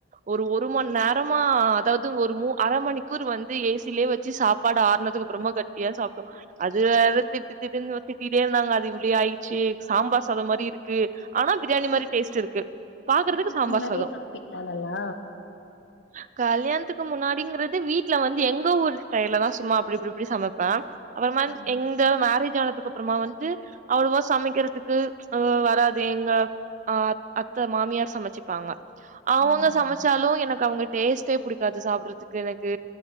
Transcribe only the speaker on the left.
இல்ல
கல்யாணத்துக்கு
முன்னாடியே
சமைப்பீங்களா நல்லா?
ஆ.
ஆ, ஆ.